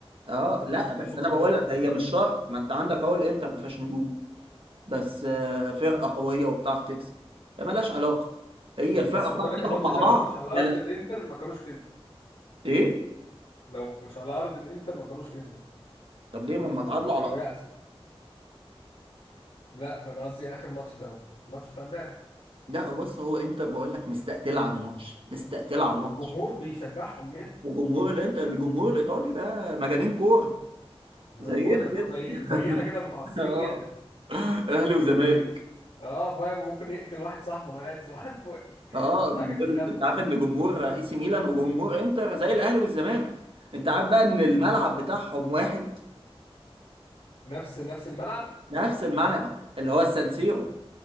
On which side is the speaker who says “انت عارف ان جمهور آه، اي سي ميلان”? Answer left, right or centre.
Right